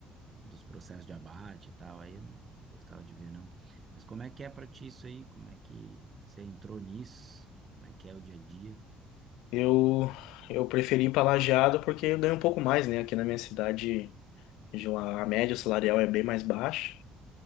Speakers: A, on the right; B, on the left.
A: dos processos de abate e tal, aí eu não, não gostava de ver, não. Mas como é que é pra ti isso aí? Como é que você entrou nisso? Como é que é o dia a dia?
B: Eu eu preferi ir para Lajeado porque eu ganho um pouco mais, né? Aqui na minha cidade, a média salarial é bem mais baixa.